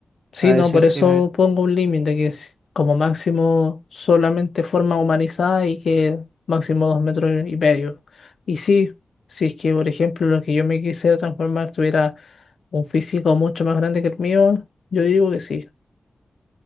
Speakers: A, on the left; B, on the right.
A: Sí,
B: A
A: no,
B: decir
A: por eso
B: que me-
A: pongo un límite que es como máximo solamente forma humanizada y que máximo dos metros y medio. Y sí, si es que, por ejemplo, lo que yo me quisiera transformar tuviera un físico mucho más grande que el mío, yo digo que sí.